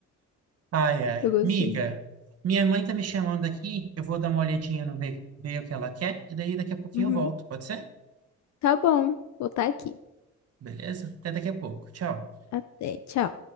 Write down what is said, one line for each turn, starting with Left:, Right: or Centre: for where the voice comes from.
Right: Ai, ai.
Left: Eu gostei.
Right: Miga, minha mãe tá me chamando aqui, eu vou dar uma olhadinha no ver, ver o que ela quer, e daí daqui a pouquinho
Left: Uhum.
Right: eu volto, pode ser?
Left: Tá bom, vou estar aqui.
Right: Beleza? Até daqui a pouco. Tchau.
Left: Até, tchau.